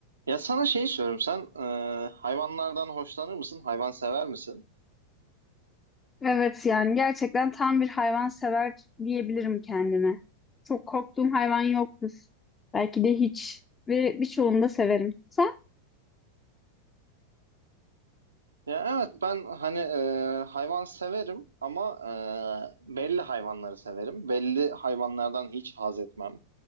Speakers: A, on the right; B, on the left.
A: Ya sana şey soruyorum sen e, hayvanlardan hoşlanır mısın? Hayvan sever misin?
B: Evet yani gerçekten tam bir hayvan sever diyebilirim kendime. Çok korktuğum hayvan yoktur. Belki de hiç ve birçoğunu da severim. Sen?
A: Ya evet ben hani e, hayvan severim ama e, belli hayvanları severim. Belli hayvanlardan hiç haz etmem.